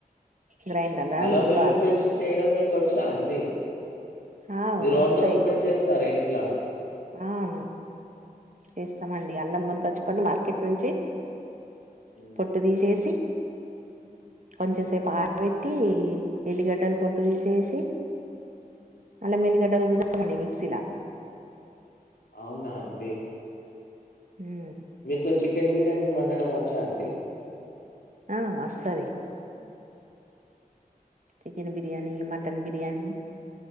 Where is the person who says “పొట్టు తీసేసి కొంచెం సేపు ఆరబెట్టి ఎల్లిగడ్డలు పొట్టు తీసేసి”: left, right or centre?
Right